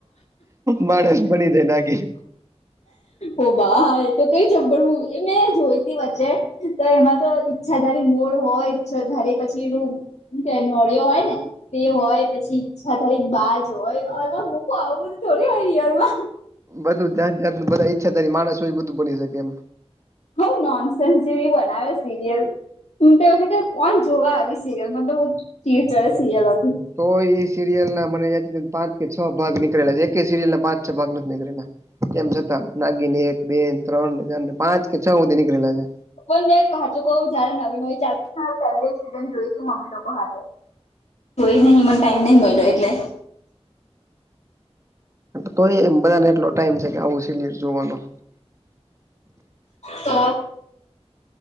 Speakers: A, on the right; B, on the left.
A: માણસ બની જાય નાગિન
B: ઓ બા તો કઈ જબડું એ મેં જોઈ તી વચ્ચે તો એમાં તો ઈરછાધારી મોર હોય, ઈરછાધારુ, પછી એ નોળ્યો હોય ને. તે હોય, પછી ઈચ્છાધારી બાજ હોય, અને મૂકું આવું બધું થોડી હોય, રિયલમાં.
A: બધું જાત-જાતનું, બધા ઈચ્છાધારી માણસ હોય. બધું બની શકે એમ
B: હ, નોનસેસ જેવી બનાવે, સિરિયલ. હ, કોણ જોવા આવી સિરિયલ, મતલબી, જારે સિરિલ હતી.
A: તો સિરિયલ ના મને પાંચ કે છ ભાગ નીકળેલા છે, એક સિરિયલ ના પાંચ-છ ભાગ નથી નીકળેલા. તેમ છતાં, નાગીને એક-બે-ત્રણ, પાંચ કે છ સુધી નીકળેલા છે.
B: પણ મેં હાચું કહું, જયારે નવી-નવી ફેમ સીઝન જોય, તો મમ્મી લોકો હાથે. કોઈ નહીં, મને ટાઈમ નહી મળ્યો એટલે.
A: કોઈ બધાને એટલો ટાઈમ છે કે, આવું સિનિયર જોવાનું.
B: તો,